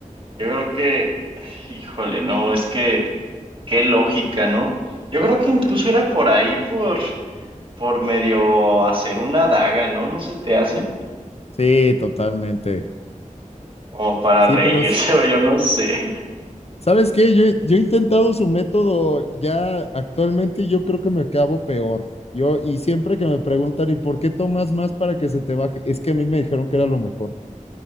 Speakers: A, on the right; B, on the left.
A: yo creo que, híjole, no, es que, qué lógica, ¿no? Yo creo que incluso era por ahí, por... por medio hacer una daga, ¿no? ¿No se te hace?
B: Sí, totalmente.
A: Como para
B: Sí,
A: reírse
B: pero s-
A: <laughs> o yo no sé.
B: ¿Sabes qué? Yo, he- yo he intentado su método ya actualmente y yo creo que me acabo peor. Yo, y siempre que me preguntan, ¿y por qué tomas más para que se te baje? Es que a mí me dijeron que era lo mejor.